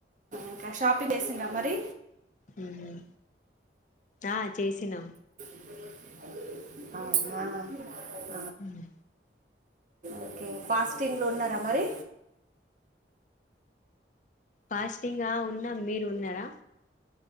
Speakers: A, on the right; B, on the left.
A: ఇంకా షాపింగ్ చేసావా మరి
B: మ్మ్ ఆ చేసినా
A: అవున్న
B: హామ్
A: ఓకే ఫాస్టింగ్లో ఉన్నారా మరి
B: ఫాస్టింగ్ ఉన్నాం మీరు ఉన్నారా